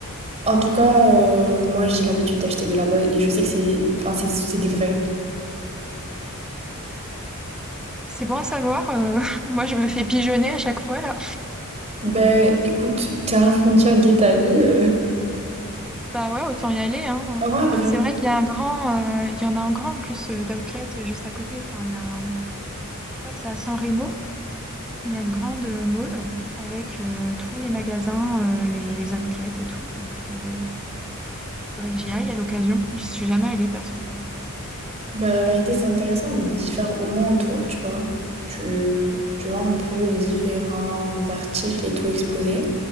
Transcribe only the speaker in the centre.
C'est bon à savoir. euh, <laughs> moi, je me fais pigeonner à chaque fois là.
Bah ouais, autant y aller, hein.
Bah, c'est vrai qu'il y a un grand, euh, il y en a un grand en plus euh, d'outlet euh, juste à côté. Enfin, il y a un- je crois que c'est à San Remo. Il y a une grande euh, mall avec euh, tous les magasins, euh, les, les outlets et tout. Donc, euh, Faudrait que j'y aille à l'occasion. J'y suis jamais allée perso. Ouais.